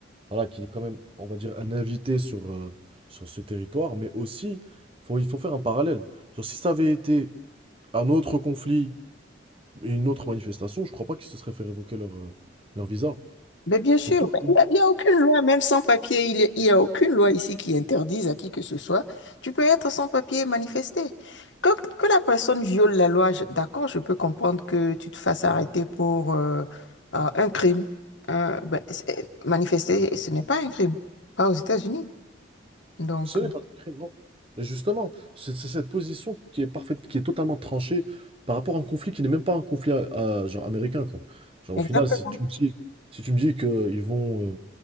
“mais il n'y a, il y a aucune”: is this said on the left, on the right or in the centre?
Left